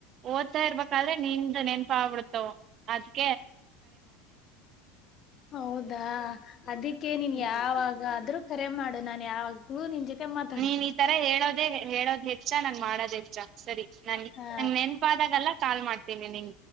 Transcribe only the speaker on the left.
ಹೌದಾ ಅದಕ್ಕೆ ನೀನ್
ಯಾವಾಗ ಆದ್ರೂ ಕರೆ ಮಾಡು ನಾನ್ ಯಾವಾಗ್ಲೂ ನೀನ್ ಜೋ ಮತ್ತೆ ಮಾತಾಡ್ತಿನೀ
ಹಾ